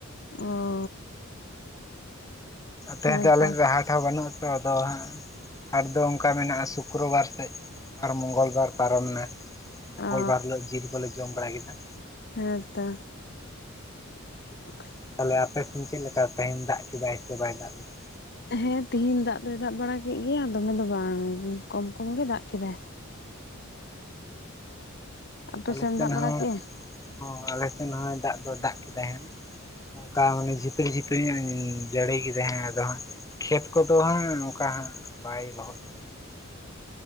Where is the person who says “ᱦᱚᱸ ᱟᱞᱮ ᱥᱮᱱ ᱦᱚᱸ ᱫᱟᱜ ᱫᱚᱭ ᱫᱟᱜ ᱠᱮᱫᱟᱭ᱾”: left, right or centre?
Left